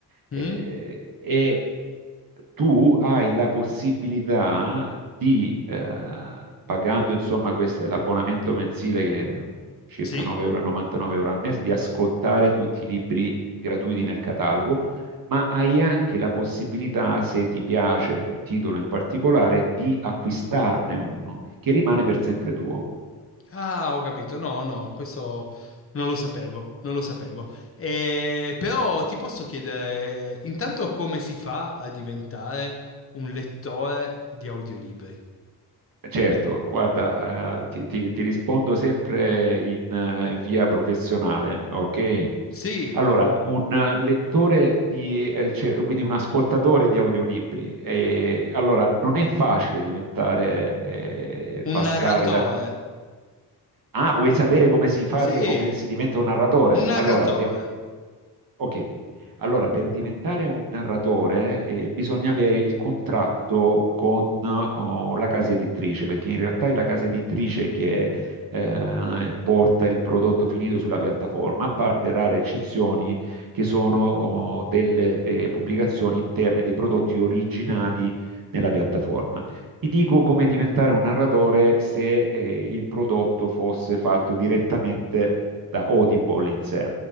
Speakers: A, on the right; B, on the left.
A: eh,
B: Mm?
A: e tu hai la possibilità di, eh, pagando insomma questo, l'abbonamento mensile che è circa
B: Sì?
A: 9,99 euro al mese, di ascoltare tutti i libri gratuiti nel catalogo ma hai anche la possibilità, se ti piace un titolo in particolare, di acquistarne uno che rimane per sempre tuo.
B: Ah, ho capito. No, no, questo non lo sapevo, non lo sapevo. Eh, però ti posso chiedere, intanto come si fa a diventare un lettore di audiolibri?
A: Certo, guarda, eh, ti, ti- ti rispondo sempre in eh, via professionale, ok?
B: Sì,
A: Allora, un eh, lettore di, eh, cioè, quindi un ascoltatore di audiolibri, eh, allora non è facile diventare, eh,
B: un
A: passare
B: narratore.
A: dal... Ah, vuoi sapere come si fa,
B: Sì,
A: di- come si diventa un narratore?
B: un narratore.
A: Allora, per, Ok, allora per diventare un narratore eh, bisogna avere il contratto con oh, la casa editrice, perché in realtà è la casa editrice che eh, porta il prodotto finito sulla piattaforma, a parte rare eccezioni che sono oh, delle eh, pubblicazioni interne dei prodotti originali nella piattaforma. Ti dico come diventare un narratore se eh, il prodotto fosse fatto direttamente da Audible in sé.